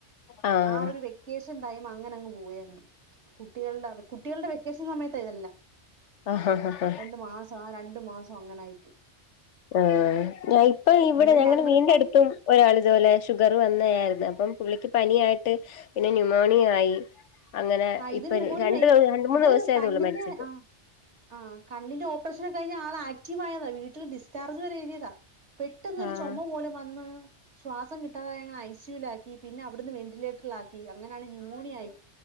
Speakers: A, on the left (about 85°); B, on the right (about 75°).
A: ആഹ്
B: ആ ഒരു വെക്കേഷൻ ടൈം അങ്ങനെ അങ്ങ് പോവയങ്ങ് കുട്ടികളുടെ കുട്ടികളുടെ വെക്കേഷൻ സമയത്ത് ഇതേല്ല
A: ആഹ് ഹാ ആഹ്
B: രണ്ട് മാസം ആ രണ്ടു മാസം അങ്ങനെ ആയി പോയി
A: ആ ഞ ഇപ്പ ഇവിടെ
B: അന്നേരം
A: ഞങ്ങ
B: ഞങ്ങളിപ്പം
A: വീടിന്റെ അടുത്തും ഒരാൾ ഇതുപോലെ ഷുഗർ വന്നതായിരുന്നു അപ്പം പുള്ളിക്ക് പനിയായിട്ട് പിന്നെ ന്യൂുമോണിയ ആയി അങ്ങനെ
B: ആ ഇത്
A: ഇപ്പൊ
B: ന്യൂമോണിയ
A: രണ്ടു
B: ആയി
A: മൂന്ന്
B: ഇത്
A: ദിവസ ആയതള്ളൂ
B: കണ്ണിന്റെ
A: മരിച്ചിട്ട്
B: ആ ആഹ് കണ്ണിന്റെ ഓപ്പറേഷൻ കഴിഞ്ഞ ആൾ ആക്റ്റീവയതാ വീട്ടിൽ ഡിസ്ചാർജ് വരെഴുതിയതാ പെട്ടെന്നൊരു
A: ആഹ്
B: ചുമ പോലെ വന്ന് ശ്വാസം കിട്ടാതങ്ങ് ഐ സി സിലാക്കി പിന്നെ അവിടുന്ന് വെന്റിലേറ്ററിലാക്കി അങ്ങനാണ് ന്യൂമോണിയ ആയി